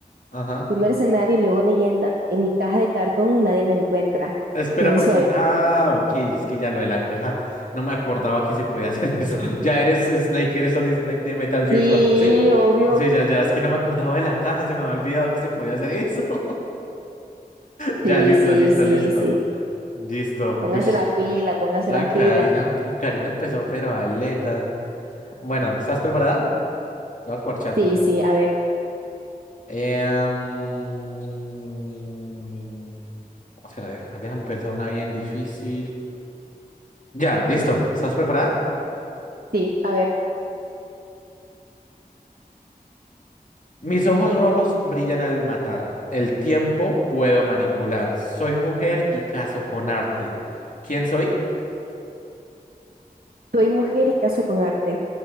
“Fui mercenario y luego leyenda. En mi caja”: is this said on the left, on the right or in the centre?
Right